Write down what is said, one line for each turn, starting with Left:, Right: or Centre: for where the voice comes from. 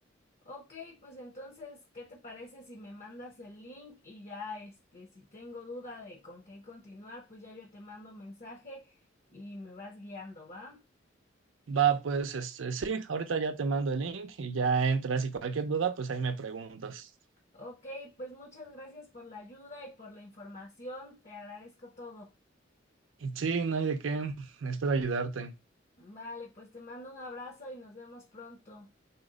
Left: Ok, pues entonces, ¿qué te parece si me mandas el link y ya, este, si tengo duda de con qué continuar, pues ya yo te mando mensaje y me vas guiando, ¿va?
Right: Va, pues este, sí, ahorita ya te mando el link y ya entras y cualquier duda, pues ahí me preguntas.
Left: Ok, pues muchas gracias por la ayuda y por la información, te agradezco todo.
Right: Y sí, no hay de qué, espero ayudarte.
Left: Vale, pues te mando un abrazo y nos vemos pronto.